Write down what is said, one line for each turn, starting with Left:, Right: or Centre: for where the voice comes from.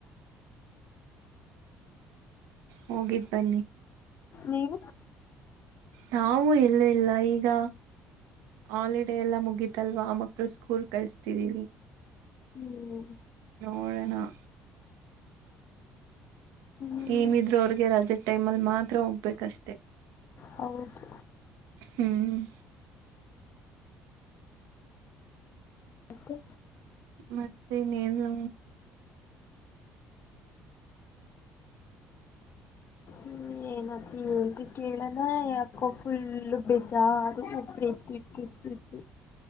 Right: ಹೋಗಿದ ಬನ್ನಿ.
Left: ನೀವು
Right: ನಾವವು ಎಲ್ಲೂ ಇಲ್ಲ ಈಗ ಹಾಲಿಡೇ ಎಲ್ಲ ಮುಗೀತಲ್ವಾ ಆ ಮಕ್ಳು ಸ್ಕೂಲ್ ಕಳಸ್ತಿದೀವಿ.
Left: ಹ್ಮ್.
Right: ಒರನ.
Left: ಹ್ಮ್
Right: ಏನಿದ್ರು ಅವ್ರಿಗೆ ರೆ. ಟೈಮ್ ಅಲ್ಲಿ ಮಾತ್ರ ಹೋಗ್ಬೇಕಷ್ಟೇ.
Left: ಹೌದು.
Right: ಹ್ಮ್.
Left: ಹು.
Right: ಮತ್ತೆ ನೀನು.
Left: ಹ್ಮ್ ಏನಪ್ಪ ಹೇಳ್ದ ಕೇಳಣ ಯಾಕೋ ಫುಲ್ಲು ಬೇಜಾರ ಒಬ ಇತ್ತು ಇತ್ತು ಇತ್ತು ಇತ್ತು.